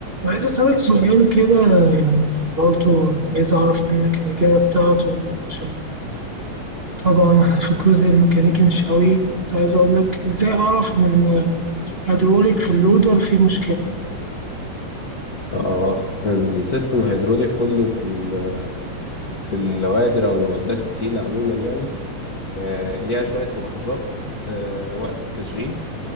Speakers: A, on the right (about 50°); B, on the left (about 45°).
A: عايز أسألك سؤال كده يعني برضو عايز أعرف منك الإجابة بتاعته يعني عشان طبعا <laughs> إحنا في الجزء الميكانيكي مش قوي كنت عايز أقول لك إزاي أعرف إن الهيدروليك في اللودر فيه مشكلة
B: اه السيستم الهيدروليك كله في ال- في النوادر او المعدات التقيله عموما يعني آه، ليها شويه ملاحظات آه، وقت التشغيل